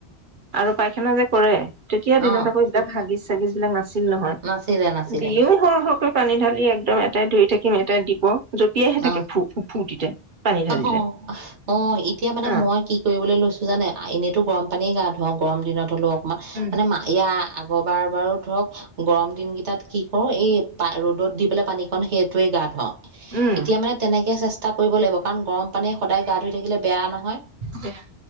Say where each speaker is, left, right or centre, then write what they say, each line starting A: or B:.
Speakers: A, on the right; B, on the right.
A: আৰু পাইখানা যে কৰে তেতিয়া দিনত
B: অ
A: আকৌ এইবিলাক হাগিজ চাগিজ বিলাক নাছিল নহয়।
B: নাছিলে নাছিলে।
A: দিও সৰ সৰকৈ পানী ঢালি একদম এটাই ধুই থাকিম, এটাই দিব। জঁপিয়াইহে থাকে
B: অ'
A: ফু ফু ফুৰ্তিতে পানী
B: হ'
A: ঢালিলে
B: হ' অ' এতিয়া মানে
A: অ
B: মই কি কৰিবলৈ লৈছো। জানে, এনেইতো গৰম পানীৰে গা ধুৱাওঁ গৰম দিনত হ'লেও অকণমান।
A: উম।
B: মানে ইয়াৰ আগৰবাৰ বাৰু ধৰক। গৰম দিন কেইটাত কি কৰো, এই পা, ৰ'দত দি পেলাই পানীকন সেইটোৱে গা ধুৱাওঁ।
A: উম।
B: এতিয়া মানে তেনেকে চেষ্টা কৰিব লাগিব, কাৰণ গৰম পানীৰে সদায় গা ধুই থাকিলে বেয়া নহয়।
A: বেয়া।